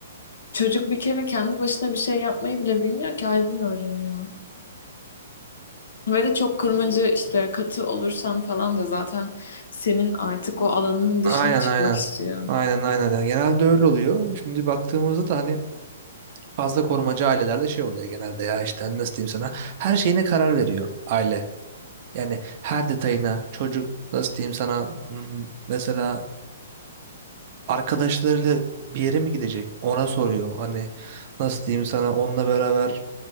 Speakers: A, on the left (about 65°); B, on the right (about 30°).
A: Çocuk bir kere kendi başına bir şey yapmayı bile bilmiyor ki Aydın öğreniyor. Ve de çok kurmacı işte katı olursan falan da zaten senin artık o alanının dışına
B: Aynen
A: çıkmak
B: aynen.
A: istiyor.
B: Aynen aynen. Yani genelde öyle oluyor. Şimdi baktığımızda da hani fazla korumacı ailelerde şey oluyor genelde ya işte hani nasıl diyeyim sana her şeyine karar veriyor aile. Yani her detayına çocuk nasıl diyeyim sana hmm, mesela arkadaşlarıyla bir yere mi gidecek ona soruyor. Hani nasıl diyeyim sana onunla beraber